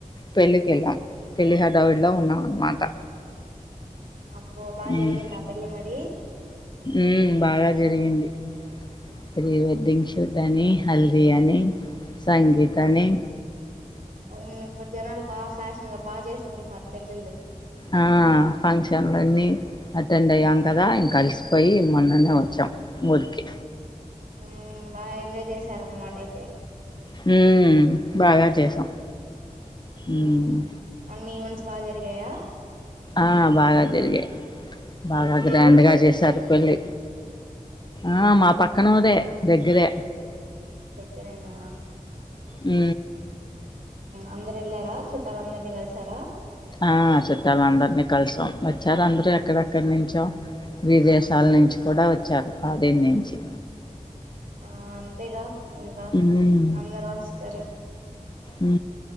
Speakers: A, on the left; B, on the right.
A: పెళ్ళికి వెళ్ళాం పెళ్ళి హడావులో ఉన్నాం అన్నమాట
B: అబ్బో బాగా జరిగిందా
A: ఉమ్
B: ఆ పెళ్లిమరి
A: ఉమ్ బాగా జరిగింది ప్రీ వెడ్డింగ్ షూట్ అన్ని హల్దియాని సంగీతాన్ని
B: ఉమ్ అప్పుడు జనాలు వ ఫ్యాషన్ గా బాగా చేసుకుంటున్నారు పెళ్ళిళ్ళు
A: ఆ ఫంక్షన్లన్నీ అటెండ్ అయ్యా కదా ఇంకా అలసిపోయి మొన్న మొన్ననే వచ్చాం ఊరికి
B: ఉ బాగా ఎంజాయ్ చేసారన్న మాట అయితే
A: హు బాగా చేసాం ఉమ్
B: ఉ అన్నీ వ బాగా జరిగాయా
A: ఆ బాగా జరిగాయి బాగా గ్రాండ్
B: ఏ ఊర్లో
A: గా
B: జరిగింది
A: చేసారు. పెళ్ళి ఆ మా పక్కన ఊరే దగ్గరే
B: దగ్గరే న
A: హ్
B: అందరు వెళ్ళారా చుట్టాలందరినీ కలిసారా
A: ఆ చుట్టాలు అందరినీ కలిసాం. బ చ్చారా అందరూ ఎక్కడక్కడ నుంచి హలో విదేశాల నుంచి కూడా వచ్చారు. కాది నుంచి
B: ఆ అంతేగా ఇంకా
A: ఉమ్
B: అందరూ వస్తారు.
A: ఉ